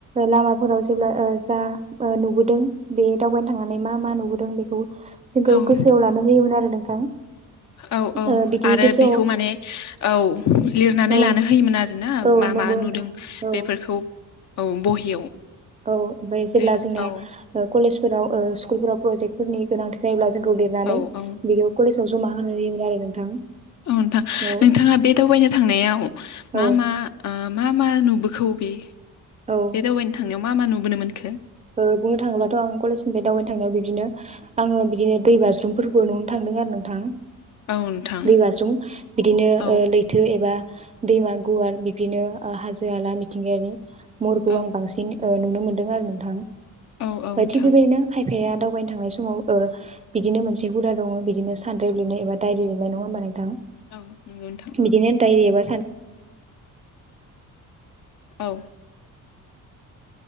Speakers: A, on the right; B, on the left.
A: लामाफोराव जेब्ला ओ जा ओ नुबोदो दों बे दावबायनो थांनानै मा मा नुबोदों बेखौ जोंखौ
B: औ
A: गोसोआव लानो होयोमोन आरो नोंथां।
B: औ औ
A: ओ बिदि
B: आरो
A: गोसोआव
B: बेखौ माने औ लिरनानै
A: औ
B: लानो होयोमोन आरोना
A: औ
B: मा
A: नंगौ
B: मा
A: नोंथां
B: नुदों
A: औ
B: बेफोरखौ औ बहियाव
A: औ ओमफाय जेब्ला
B: लिरना
A: जोंना
B: औ
A: कलेजफोराव ओ स्कुलफोराव प्रजेक्ट फोरनि गोनांथि जायोब्ला जों लेरनानै
B: औ औ
A: बिगौ कलेजाव जमा होनो होयोमोन आरो नोंथां।
B: औ नोथां
A: औ
B: नोंथाङा बे दावबायनो थांनायाव मा
A: औ
B: मा ओ मा मा नुबोखौ बे
A: औ
B: बे दावबायनो थांनायाव मा मा नुबोनो मोनखो?
A: ओ बुंनो थाङोब्लाथ' आं कलेजनिफ्राय दावबायनो थांनायाव बिदिनो आङो बिदिनोत दै बाज्रुमफोरबो नुनो थांदों आरो नोंथां
B: औ नोंथां
A: दैबाज्रुम बिदिनो
B: औ
A: ओ लैथो एबा दैमा गुवार बिदिनो हाजो हाला मिथिंगायारि महरखौ
B: औ
A: आं बांसिन ओ नुनो मोन दों आरो नोंथां
B: औ औ नोंथां
A: बाय थिख बेबायदिनो खायफाया दाव नो थांनाय समाव ओ बिदिनो मोनसे हुदा दङ बिदिनो सानद्राइब लिरनाय एबा दाइरि लिरनाय नङा होमबा नोंथां?
B: औ नंगौ नोंथां
A: बिदिनो दायरि एबा सान
B: औ